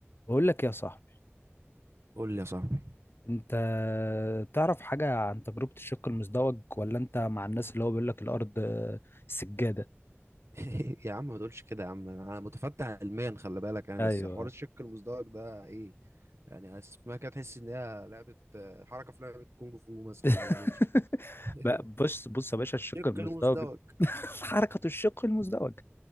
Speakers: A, on the left; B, on the right.
A: بقول لك يا صاحبي
B: قول لي يا صاحبي
A: انت تعرف حاجة عن تجربة الشق المزدوج ولا انت مع الناس اللي هو بيقول لك الارض سجادة
B: <laughs> يا عم ما تقولش كده يا عم انا متفتح علميا خلي بالك يعني
A: ايوه
B: بس حوار الشق المزدوج ده ايه يعني اسمها كده تحس ان هي لعبه آه، حركه في لعبه كونج فو مثلا
A: <laughs>
B: ولا نينجا
A: بقى بص
B: <laughs>
A: بص يا باشا الشق
B: الشق
A: المزدوج
B: المزدوج
A: <laughs> حركة الشق المزدوج